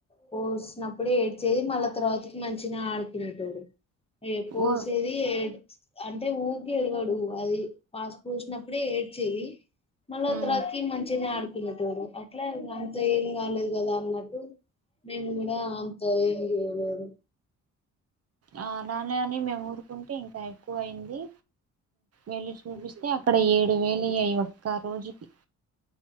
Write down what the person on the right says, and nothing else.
ఓ
ఉమ్,
ఆ అలానే అని మేము ఊరుకుంటే ఇంకా ఎక్కువ అయింది వెళ్ళి చూపిస్తే అక్కడ ఏడు వేలు అయ్యాయి ఒక్క రోజుకి